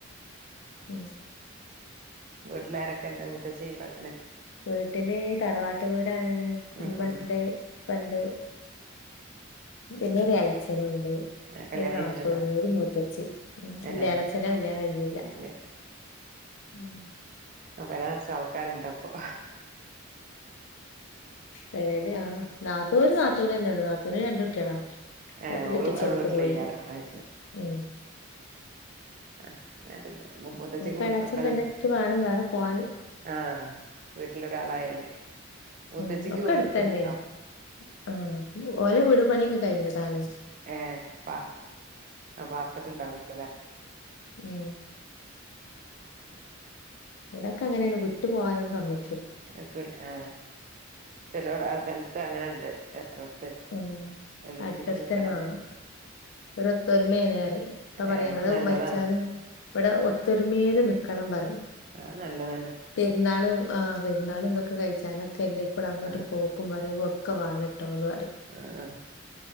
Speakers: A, on the left; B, on the right.
A: ഉം
B: വീട്ടിലാരൊക്ക്ണ്ട് മൂത്തച്ചി ഇള
A: വീട്ട്ല് തറവാട്ട് വീടാണ്
B: ഉം
A: മ്മണ്ട്
B: ഉം
A: പ്പണ്ട് പിന്നൊരെളച്ചനുണ്ട്
B: ആഹ് കല്യാണം
A: ഒരു നാത്തൂന്
B: കഴിഞ്ഞിട്ടുണ്ടാവില്ല
A: ഒരു മൂത്തച്ചി ഉം
B: ഏഹ്
A: ഇല്ല ഇളേച്ചന്റെ കല്യാണം കഴിഞ്ഞില്ല
B: ഏഹ് ഇല്ല
A: ഉം
B: അ പെരനർച്ചാൾക്കാര്ണ്ടപ്പൊ
A: പെരേല് ആ നാത്തൂന് നാത്തൂനെന്നെ ള്ളൂ നാ ത്തൂന് രണ്ട് കുട്ട്യാളാ
B: ഏഹ്
A: അത്പ്പൊ
B: ഓള്
A: <unintelligible> ട്ടിച്ചോട്ത്ത്
B: അവിടെ വീട്ടിലേക്കാരം
A: പോയി
B: അത്
A: ഉം
B: ആ പിന്നാരുല്ല മു മൂത്തച്ചിക്ക്
A: ഇനിപ്പോ എളച്ചൻ
B: മക്കൾണ്ടോ
A: പെണ്ണെട്ടിട്ട് വേണം വേറെ പോവാന്
B: ആ വീട്ടിലൊരാളായാല് മൂത്തച്ചിക്ക്
A: ഉം ഒക്കെ
B: വീട്
A: എട്ത്തെന്നെ
B: എടുക്കണ്ടോ
A: ആ ഓലെ വിട് പണിയൊക്കെ കയ്ഞ്ഞതാണ്
B: ഏ പ ആ പാർത്തിട്ടുണ്ടാവൂലല്ലേ
A: ഉം ഓരൊക്കെ അങ്ങനെണ് വിട്ട് പോകാനും സമ്മയ്
B: അയക്കൂല ആ ചെലോ ആ സ്ഥലത്ത് അങ്ങനെണ്ട് വ്ട്ത്തത്
A: ഉം
B: എല്ലൊരുമിച്ച്
A: അടുത്തടുത്തന്നെ
B: നിക്കണം
A: വേണം ഒരു ഒത്തൊരുമേണ് ർയും ഇപ്പ പറയും
B: ഏഹ്
A: ഞങ്ങള്
B: നല്ലതാണ്
A: മരിച്ചാലും ഇവിടെ ഒത്തൊരുമേല് നി ക്കണം പറയും
B: അത് നല്ലതന്നെ
A: പെരുന്നാളും ആ പെരുന്നാളും ഇതൊക്കെ കയ്ച്ചാനെ ക്കെല്ലപ്പളും അങ്ങോട്ട്
B: ആഹ്
A: പോക്കും വരവൊക്കെ വാണട്ടോന്ന് പറയും
B: ആ